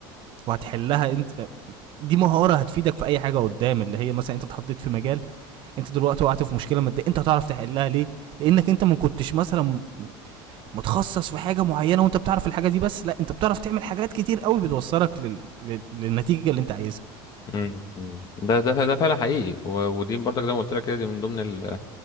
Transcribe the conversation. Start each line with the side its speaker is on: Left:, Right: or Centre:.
Right: وهتحلها انت دي مهاره هتفيدك في اي حاجه قدام اللي هي مثلا انت اتحطيت في مجال انت دلوقتي وقعت في مشكله ماديه انت هتعرف تحلها ليه لانك انت ما كنتش مثلا متخصص في حاجه معينه وانت بتعرف الحاجه دي بس لا انت بتعرف تعمل حاجات كتير قوي بتوصلك لل... لل... للنتيجه اللي انت عايزها
Left: مم. ده ده ده فعلا حقيقي و- ودي برضك زي ما قلت لك كده دي من ضمن